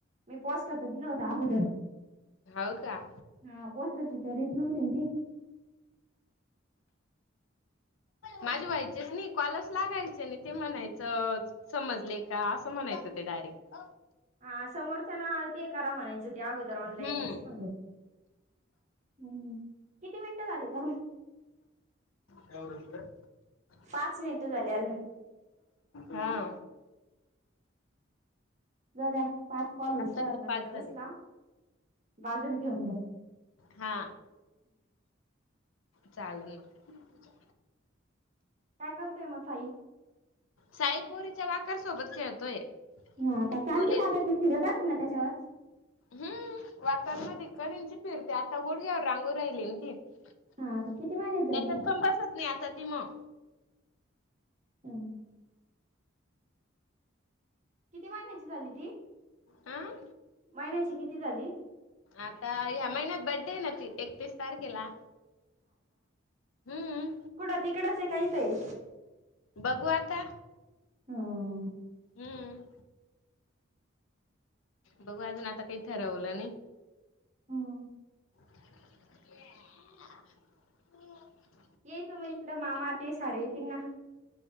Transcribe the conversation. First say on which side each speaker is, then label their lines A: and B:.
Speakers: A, on the right; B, on the left.
A: मी पॉस्टच दिल होता अगोदर
B: हो का
A: हा पोस्ताचीचरीत नव्हती ती
B: माझे व्हायचेच नाही कॉलच लागायचे नाही ते म्हणायचं समजले का असं म्हणायचं ते डायरेक्ट
A: हा समोरच्याला ते ए करा म्हणायच अगोदर ऑनलाईन
B: हम्म
A: यायचं हम् किती मिनिटं झाली का म
B: यावरत <unintelligible>
A: पाच मिनटं झाली अजून
B: हा
A: जाऊ द्या पाच कॉल होसत
B: आता हे
A: नंतर
B: पाच झाले
A: उचला बाजून ठेऊन जा
B: हा चालेल मग
A: काय करतोय मग साई
B: साईपोरीच्या वाकर सोबत खेळतोय
A: ह आता
B: तो
A: चालते का आता ती फिरत असे ना त्याच्यावर
B: हम् वातावरण दिका त्यांची फिरते आता गोड घ्यावर रांगो राहिली ती त्याच्यात
A: हा का किती महिन्यात झाली
B: पण बसत नाही आता ती मग
A: हम किती महिन्याची झाली ती
B: हं.
A: महिन्याची किती झाली
B: आता ह्या महिन्यात बड्डे आहे ना त एकतीस तारखेला हम्म.
A: कुठे तिकडेच आहे काय काय
B: बघू आता
A: हम्म
B: हम्म बघू अजून आता काहीथ रावलं नाही
A: हं
B: <unintelligible>
A: यायच मं इकड मामां ते सारे येतीनं ना.